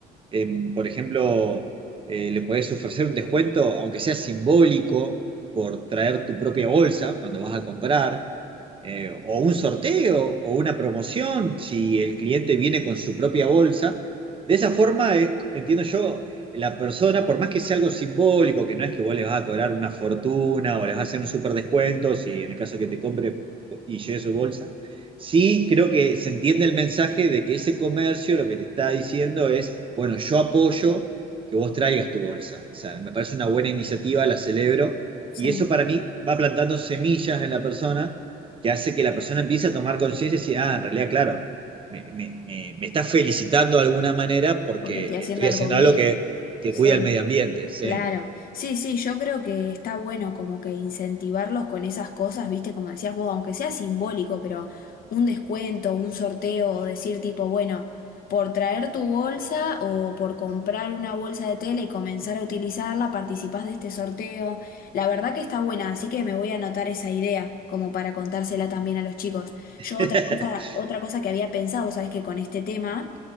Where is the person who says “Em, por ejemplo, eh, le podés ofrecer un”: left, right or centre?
Right